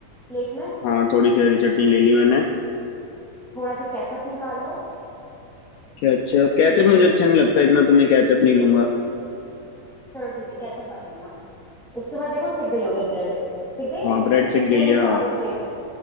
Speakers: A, in the centre; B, on the left.
A: प्लेट में
B: हाँ थोड़ी सी हरी चटनी ले ली मैंने
A: थोड़ा सा केचप निकाल लो
B: केचप केचप मुझे अच्छा नहीं लगता इतना तो मैं केचप नहीं लूंगा
A: चलो ठीक है केचप मत लेना उसके बाद देखो सिक गई होगी ब्रेड सिक गई
B: हाँ
A: है
B: ब्रेड सिक
A: इनको
B: गई
A: निकालो
B: है हाँ
A: प्लेट में